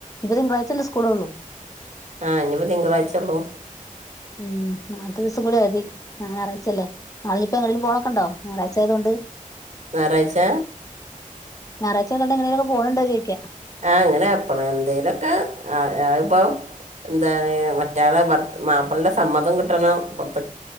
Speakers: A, on the left; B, on the right.
A: ഇനി തിങ്കളാഴ്ചല്ല സ്കൂള് ഉള്ളൂ
B: ആ ഇനിപ്പോ തിങ്കളാഴ്ചയുള്ളൂ
A: ഉം നാളത്തെ ദിവസം കൂടി മതി ഞായറാഴ്ചല്ല നളെപ്പം എവിടേക്കും പോണ്ക്കെണ്ടോ ഞായറാ ഴ്ച്ച ആയതോണ്ട്
B: ഞായറാഴ്ച്ച
A: ഞായറാഴ്ച്ചതൊണ്ട് എങ്ങനെക്കെ പോണോണ്ടോന്നു ചോയിക്ക
B: അങ്ങനെ അപ്പ എന്തേലൊക്കെ ആഹ ആഇപ്പം എന്താണ്? മറ്റാളെ മാപ്പിളിന്റെ സമ്മതം കിട്ടണം പുറത്ത!